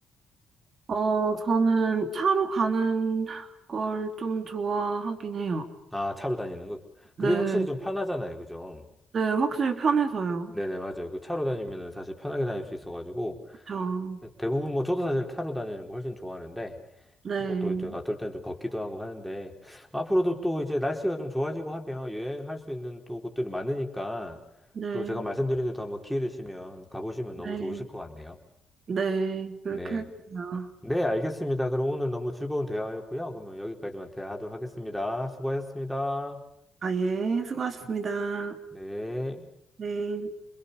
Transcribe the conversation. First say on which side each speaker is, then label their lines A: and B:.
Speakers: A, on the right (about 50°); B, in the centre.
A: 어, 저는 차로 가는 걸 좀 좋아하긴 해요.
B: 아, 차로 다니는 거. 그게
A: 네.
B: 확실히 좀 편하잖아요, 그죠?
A: 네, 확실히 편해서요.
B: 네네, 맞아요. 그 차로 다니면은 사실 편하게 다닐 수 있어가지고,
A: 그쵸.
B: 대부분 뭐 저도 사실 차로 다니는 거 훨씬 좋아하는데,
A: 네.
B: 뭐 또 어떨 땐 좀 걷기도 하고 하는데, 앞으로도 또 이제 날씨가 좀 좋아지고 하면 여행할 수 있는 또 곳들이 많으니까,
A: 네.
B: 또 제가 말씀드린 데도 한번 기회 되시면 가보시면
A: 네.
B: 너무 좋으실 것 같네요.
A: 네. 그렇게
B: 네.
A: 할게요.
B: 네, 알겠습니다. 그럼 오늘 너무 즐거운 대화였고요. 그러면 여기까지만 대화하도록 하겠습니다. 수고하셨습니다.
A: 아, 예. 수고하셨습니다.
B: 네.
A: 네.